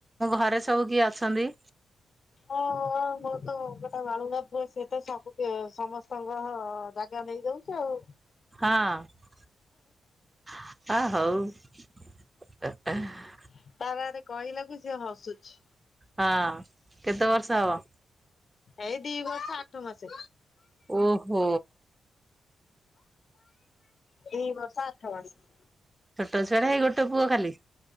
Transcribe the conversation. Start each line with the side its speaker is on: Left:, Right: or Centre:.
Right: ଘରେ ସବୁ କିଏ ଅଛନ୍ତି?
Left: ହଁ ମୋର ତ ଗୋଟେ ବାଳୁଙ୍ଗ ପୁଅ ସିଏ ତ ସବୁ ସମସ୍ତଙ୍କ।। ଗ ନେଇ ଯାଉଛି ଆଉ।
Right: ହଁ ଆଉ ହଉ।
Left: ତା ପାଖରେ କହିଲାକୁ ସିଏ ହସୁଛି।
Right: ହଁ କେତେ ବର୍ଷ ହବ?
Left: ଏଇ ଦି ବର୍ଷ ଆଠ ମାସେ।
Right: ଓହୋ
Left: ଏଇ ବର୍ଷ ଆଠ ମାସେ।
Right: ଛୋଟ ଛୁଆଟା ଏ ଗୋଟ ପୁଅ ଖାଲି।